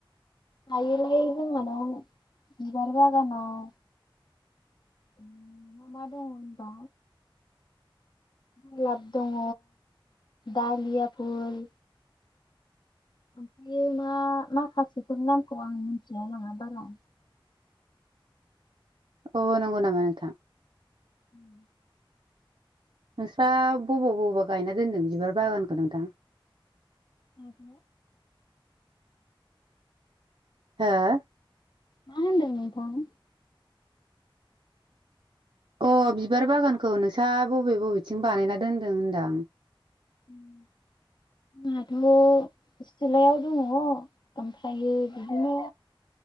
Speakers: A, on the left; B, on the right.
A: थायोलै जोंहानाव बिबार बागानाव ओम मा मा दङ होनबा गलाप दङ दालिया फुल ओमफायो मा माखासेफोर नामखौ आं मिथिलाय लाङा बारा।
B: अ नंगौ नामा नोंथां?
A: उम
B: नोंस्रा बबाव बबा गायना दोन्दों बिबार बागानखौ नोंथां?
A: माखौ?
B: हो
A: मा होनदों नोंथां?
B: अ बिबार बागानखौ नोंसा बबे बबेथिं बानायना दोनदों होनदां?
A: उम जोंहाथ' सिलायाव दङ ओमफ्रायो बिदिनो